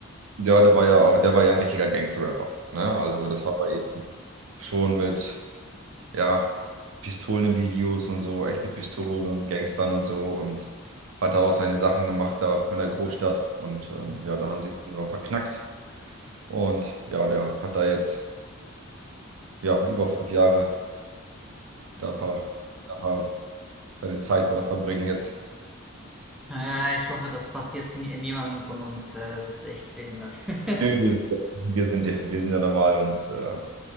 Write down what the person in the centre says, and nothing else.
Hm,
crazy.
Ja, ich hoffe, das passiert nie, niemandem von uns. Äh, Es ist echt behindert. <laughs>